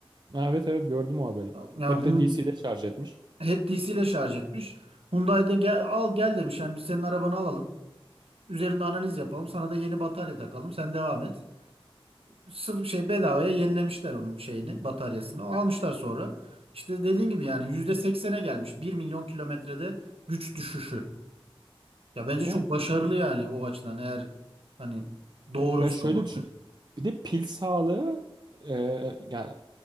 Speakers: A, on the right; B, on the right.
A: Ha, Evet evet gördüm o haberi.
B: Yani
A: Hep
B: Hyun-
A: de DC'de şarj etmiş.
B: Hep DC ile şarj etmiş. Hyundai'de gel, al gel demiş. Yani biz senin arabanı alalım. Üzerinde analiz yapalım. Sana da yeni batarya takalım. Sen devam et. Sıfır şey bedavaya yenilemişler onun şeyini, bataryasını. O Almışlar sonra. İşte dediğin gibi yani %80'e gelmiş. bir milyon kilometrede güç düşüşü. Ya bence
A: Yani
B: çok başarılı yani o açıdan eğer hani doğruysa
A: ya şöyle
B: o
A: düşün. Bir de pil sağlığı e, yani